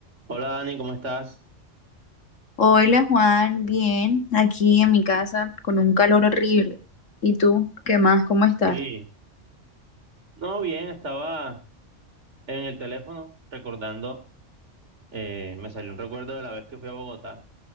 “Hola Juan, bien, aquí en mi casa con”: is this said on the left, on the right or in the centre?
Left